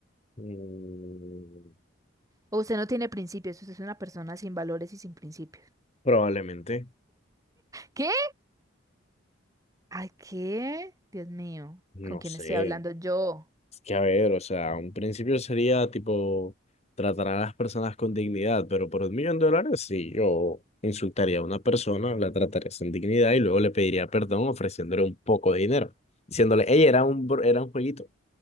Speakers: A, on the left; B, on the right.
A: Mm,
B: O usted no tiene principios, usted es una persona sin valores y sin principios.
A: probablemente,
B: ¿Qué? Ay, ¿qué? Dios mío,
A: no
B: ¿con quién
A: sé.
B: estoy hablando yo?
A: Es que a ver, o sea, un principio sería tipo tratar a las personas con dignidad, pero por un millón de dólares sí, yo insultaría a una persona, la trataría sin dignidad y luego le pediría perdón ofreciéndole un poco de dinero, diciéndole, hey, era un, bro- era un jueguito.